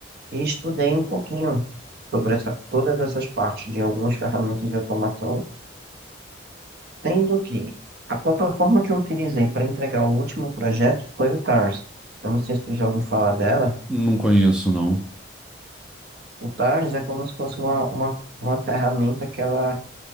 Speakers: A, on the right; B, in the centre.
A: e estudei um pouquinho sobre essa, todas essas partes de algumas ferramentas de automação, sendo que a plataforma que eu utilizei para entregar o último projeto foi o TARS. Eu não sei se tu já ouviu falar dela,
B: Não conheço, não.
A: O Taros é como se fosse uma, uma, uma ferramenta que ela,